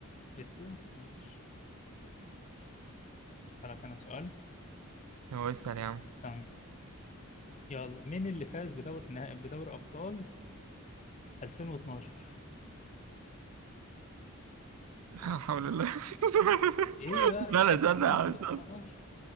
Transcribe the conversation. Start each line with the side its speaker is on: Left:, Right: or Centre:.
Left: إيتو ماشي أسألك أنا سؤال
Right: هو اسأل يا عم
Left: استنى يلا مين اللي فاز بدوري نهائي بدوري ابطال 2012
Right: <laughs> لا حول الله <laughs>
Left: ايه بقى
Right: استنى
Left: 2012
Right: استنى يا عم استنى